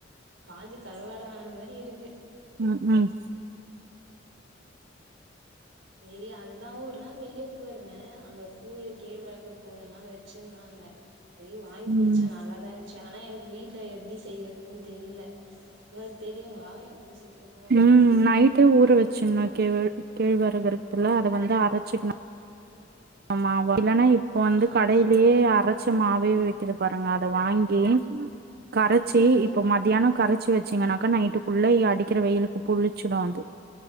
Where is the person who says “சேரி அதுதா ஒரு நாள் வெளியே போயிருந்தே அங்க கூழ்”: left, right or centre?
Right